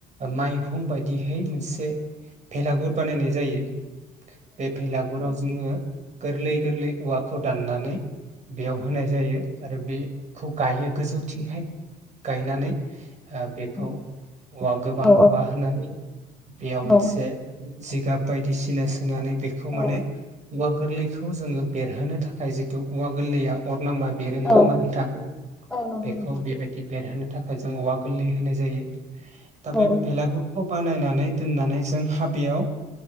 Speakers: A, on the right; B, in the centre.
A: माइहुं बायदिहै मोनसे भेलागुर बानायनाय जायो। बे भेलागुराव जोङो गोरलै- गोरलै औवाखौ दाननानै बेयाव होनाय जायो। आरो बे खौ गायो गोजौथिंहाय गायनानै ओ बेखौ
B: औ
A: औवा गोबां
B: औ
A: औवा होनानै बेयाव मोनसे
B: औ
A: जिगाब बायदिसिना सोनानै खौ
B: औ
A: माने औवा गोरलैखौ जोङो बेरहोनो थाखाय जितु औवा गोरलैया अर नांबा बेरो नङा
B: औ
A: होमबा नोंथां
B: औ नंगौ
A: बेखौ
B: नोंथां
A: बेबायदि बेरहोनो थाखाय जों औवा गोरलै होनाय जायो थ
B: औ
A: बे
B: औ
A: भेलागुरखौ बानायनानै दोननानै जों हाबेयाव